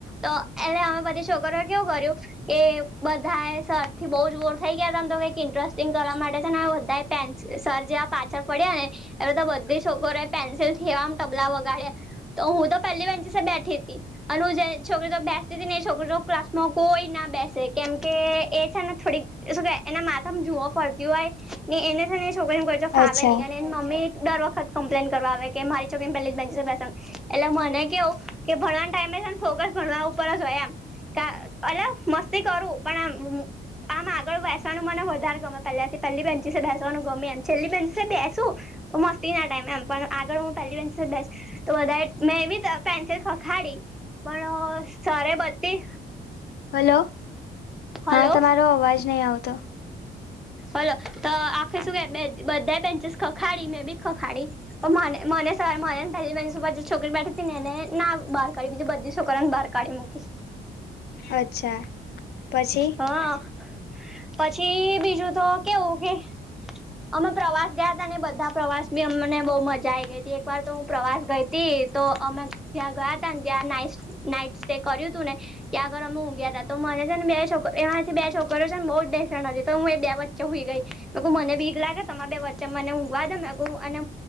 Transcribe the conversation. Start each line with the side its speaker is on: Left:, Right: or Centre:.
Centre: તો એટલે અમે બધી છોકરીઓએ કેવું કર્યું કે બધાએ સર થી બહું જ બોર થઈ ગયા તા ને તો કઈક ઇન્ટરસ્ટિંગ કરવા માટે છે ને બધા પેન્સ સર જેવા પાછળ ફર્યા ને એવે તો બધી છોકરીઓએ પેન્સિલથી આમ તબલા વગાડ્યા, તો હું તો પેલી બેન્ચિસે બેઠી તી. અને હું જે છોકરી તો બેસતી તી ને એ છોકરી જોડે ક્લાસમાં કોઈ ના બેસે, કેમકે એ છે ને થોડીક શું કેવાય એના માથામાં જુષઓ ફરતી હોય, ને એને છે ને છોકરી ને કોઈ જોડ ફાવે
Left: અચ્છા
Centre: નહિં. અને એન મમ્મી દર વખત કમ્પ્લેન કરવા આવે કે મારી છોકરીને પેલી જ બેંચે બેસાડવાનું, એટલે મને કેવું કે ભણાવ તા એમને છે ને ફોકસ ભણવા ઉપર જ હોય એમ, કા અલે મસ્તી કરું પણ આમ-આમ આગળ બેસવાનું મને વધારે ગમે પહેલાથી પહેલી બેન્ચિસે બેસવાનું ગમે એમ, છેલ્લી બેન્ચિસે બેસુ તો મસ્તી ના ટાઈમે એમ, પણ પણ આગળ હું પહેલી બેન્ચિસે બેસ તો વધારે મેં બી ત પેન્સિલ ખખાડી પણ સરએ બધી
Left: હલો,
Centre: હલો
Left: હા તમારો અવાજ નહી આવતો.
Centre: હલો. તો આખી શું કે બે બધાય બેન્ચિસ ખખાડી, મે બી ખખાડી, પણ મને મને સર મન ને પેલી બેન્ચિસ ઉપર જે છોકરી બેઠી તી ને એને ના બહાર કાઢી, બીજી બધી છોકરીઓને બહાર કાઢી મૂકી.
Left: અચ્છા. પછી
Centre: હા. પછી બીજું તો કેવું કે અમે પ્રવાસ ગયા ને બધા પ્રવાસ બી અમને બહુ મજા આઈ ગઈ હતી એક વાર તો હું પ્રવાસ ગઈ હતી તો અમે ત્યાં ગયા ત ને જ્યાં નાઈ નાઈટ સ્ટે કર્યું તું ને ત્યાં આગળ અમે ઊંઘયા તા તો મને છે ને બેસ્ટ છોક એમાંથી બે છોકરીઓ છે ને બઉ જ બેસેણ હતી તો હું એ બે વચ્ચે હઈ ગઈ મે મને બ ભીક લાગે તમા બે વચ્ચે મને ઊંઘવા દ અને